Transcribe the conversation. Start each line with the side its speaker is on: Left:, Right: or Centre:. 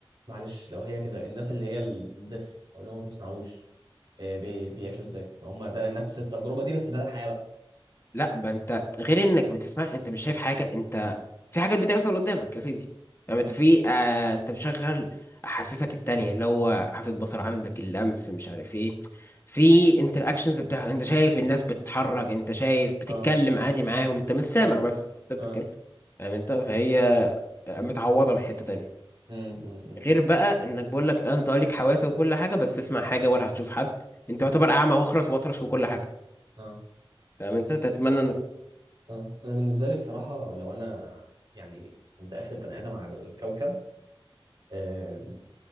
Right: معلش لو هي كده الناس اللي هي ال- الدف أو اللي هم ما بيسمعوش آه، بي... بيعيشوا ازاي؟ ما هم ده نفس التجربة دي بس بدل الحياة بقى
Left: لا بقى انت غير انك ما تسمع انت مش شايف حاجه انت في حاجات بتحصل قدامك يا سيدي يعني
Right: امم
Left: انت في آه انت مشغل احاسيسك التانية اللي هو حاسة بصر عندك اللمس مش عارف ايه في انتراكشنز بتاع انت شايف الناس بتتحرك انت شايف بتتكلم
Right: اه
Left: عادي معاهم انت مش سامع
Right: اه
Left: بس بس انت
Right: اه
Left: بتتكلم يعني انت فهي متعوضة من حتة تانية
Right: امم امم
Left: غير بقى انك بقول لك انت آه ليك حواس وكل حاجه بس تسمع حاجه ولا هتشوف حد انت يعتبر اعمى واخرس واطرش وكل حاجه
Right: امم
Left: فاهم انت تتمنى انك
Right: اه انا بالنسبه لي بصراحه لو انا يعني كنت اخر بني ادم على الكوكب آه،